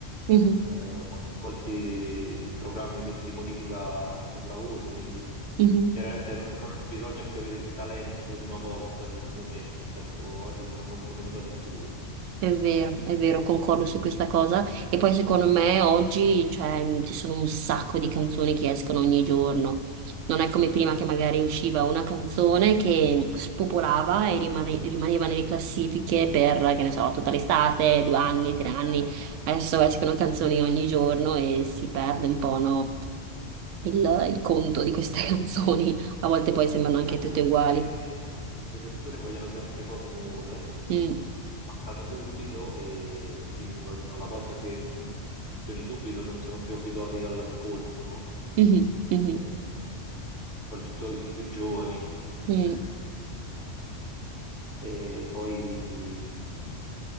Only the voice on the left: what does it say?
eh, mancano molti programmi che- di modifica per la voce, quindi
chiaramente non, non bisogna più avere il talento di una volta, secondo me, nel senso oggi sono molto meno talentuosi.
Eh,
Sì,
anche
perché le persone vogliono sempre cose nuove,
si stancano subito e quindi vogliono la cosa che mh, funzioni subito, non sono più abituati all'ascolto, no?
E soprattutto i più giovani.
Eh, e poi quindi